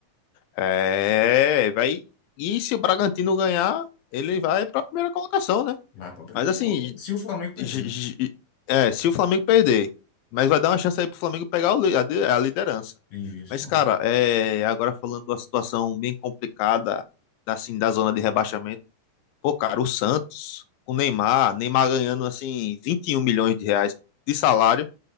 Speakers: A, on the left (about 85°); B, on the left (about 55°).
A: É, vai. E se o Bragantino ganhar, ele vai para a primeira colocação, né?
B: Vai para primeiro,
A: Mas assim,
B: se o Flamengo perder,
A: j-
B: né?
A: j- é, se o Flamengo perder, mas vai dar uma chance aí pro Flamengo pegar o li- a de- a liderança.
B: Isso.
A: Mas, cara, é, agora falando da situação bem complicada, assim, da zona de rebaixamento, pô, cara, o Santos, o Neymar, Neymar ganhando, assim, 21 milhões de reais de salário.